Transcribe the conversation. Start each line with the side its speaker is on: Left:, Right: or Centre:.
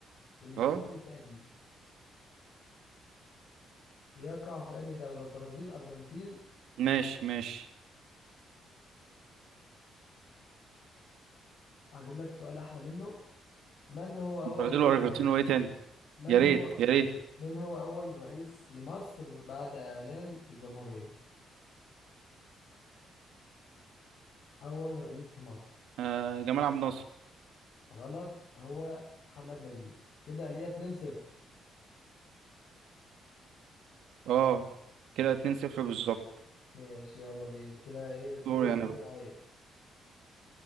Left: المسيح
Right: اه
Left: الفادي بيقع في أي دولة؟ برازيل أرجنتين
Right: ماشي ماشي
Left: هجيب لك سؤال أحلى منه من هو أول
Right: البرازيل
Left: رئيس
Right: والارجنتين
Left: لم...
Right: وايه تاني
Left: من
Right: يا ريت
Left: هو
Right: يا ريت
Left: من هو أول رئيس لمصر بعد إعلان الجمهورية؟ أول رئيس لمصر
Right: أه جمال عبد الناصر
Left: غلط هو محمد نجيب كده ليا 2-0
Right: اه كده 2-0 بالظبط
Left: ماشي يلا بينا كده إيه الدور
Right: دوري انا بقى
Left: عليك